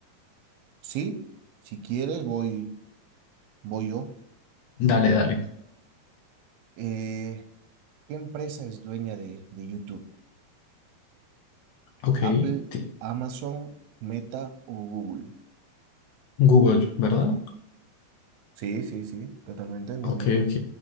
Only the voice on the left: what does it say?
Dale, dale.
Ok.
te-
Google, ¿verdad?
Ok,
ok.